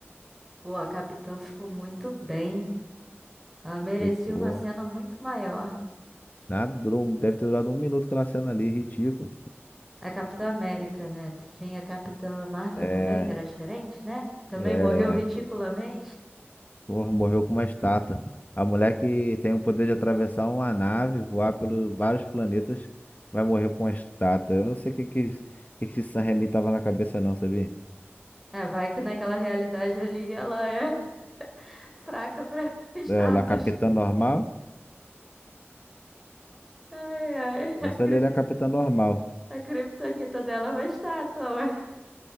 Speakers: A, in the centre; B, on the left (about 35°).
A: Pô, a Capitã ficou muito bem. Ela merecia
B: Ficou.
A: uma cena muito maior.
B: Nada, durou, um, deve ter durado um minuto aquela cena ali, ridículo.
A: A Capitã América, né? Tinha a Capitã Marvel
B: É,
A: também, que era diferente, né? Também
B: é.
A: morreu ridiculamente.
B: Porra, morreu com uma estátua. A mulher que tem o poder de atravessar uma nave, voar pelos vários planetas, vai morrer com uma estátua. Eu não sei o que que, isso- o que, que esse San Remi tava na cabeça, não, sabia?
A: É, vai que naquela realidade ali ela é <laughs> fraca pra <laughs> status.
B: é é Capitã Normal?
A: Ai, ai, a,
B: Eu só
A: cri
B: li ele é Capitã Normal.
A: a criptonita dela é uma estátua. ué.